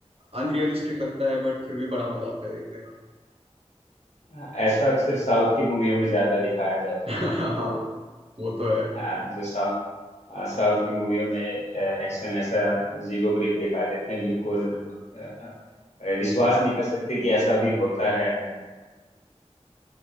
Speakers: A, on the right; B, on the left.
A: अनरियलिस्टिक लगता है बट फिर भी बड़ा मजा आता है देखने में
B: हाँ, ऐसा अक्सर साउथ की मूवियों में ज्यादा दिखाया जाता
A: <laughs>
B: है जो
A: हाँ वो तो है
B: हाँ
A: <laughs>
B: जो साउथ हाँ, साउथ की मूवियों में एक्शन ऐसा जीबो ग्रिप दिखा देते हैं बिल्कुल अ, अ, विश्वास नहीं कर सकते कि ऐसा भी होता है